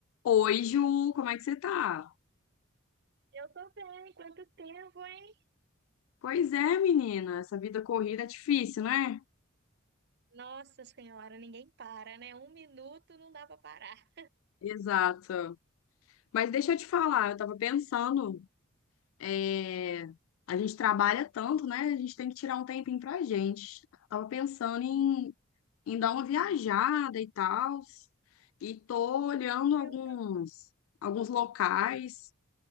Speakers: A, on the left; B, on the right.
A: Oi, Ju, como é que você tá?
B: Eu tô bem, quanto tempo, hein?
A: Pois é, menina, essa vida corrida é difícil, né?
B: Nossa Senhora, ninguém para, né? Um minuto não dá pra parar.
A: Exato. Mas deixa eu te falar, eu tava pensando, é, a gente trabalha tanto, né? A gente tem que tirar um tempinho pra gente. Tava pensando em, em dar uma viajada e tal, e tô olhando
B: E
A: alguns,
B: eu tava.
A: alguns locais.
B: Hum,